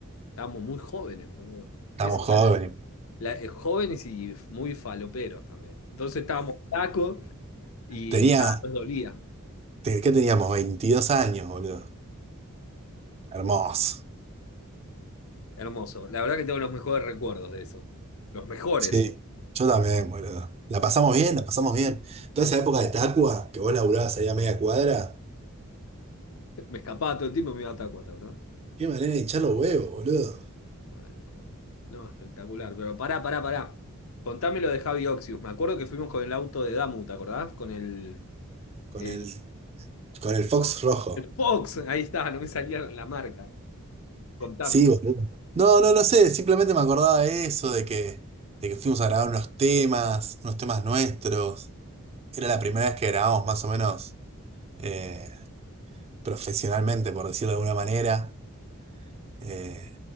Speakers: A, on the left; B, on the right.
A: estábamos muy jóvenes, boludo.
B: Estamos
A: Esa era
B: jóvenes.
A: la, la- eh, jóvenes y muy faloperos también. Entonces estábamos flacos y
B: Tenía
A: nada nos dolía.
B: Te- ¿Qué teníamos? veintidós años, boludo. Hermoso.
A: Hermoso. La verdad que tengo los mejores recuerdos de eso. Los mejores,
B: Sí,
A: eh.
B: yo también, boludo. La pasamos bien, la pasamos bien. Toda esa época de Tacua, que vos laburabas ahí a media cuadra,
A: Me escapaba todo el tiempo y me iba a Tacuata, ¿verdad?
B: qué manera de hinchar los huevos, boludo.
A: Mal, boludo. No, espectacular. Pero pará, pará, pará. Contame lo de Javi Oxius. Me acuerdo que fuimos con el auto de Damu, ¿te acordás? Con el,
B: Con
A: eh,
B: el, con el Fox rojo.
A: el Fox. Ahí está, no me salía la marca. Contame.
B: Sí, boludo. No, no, no sé, simplemente me acordaba de eso, de que, de que fuimos a grabar unos temas, unos temas nuestros. Era la primera vez que grabamos más o menos eh, profesionalmente, por decirlo de alguna manera. Eh,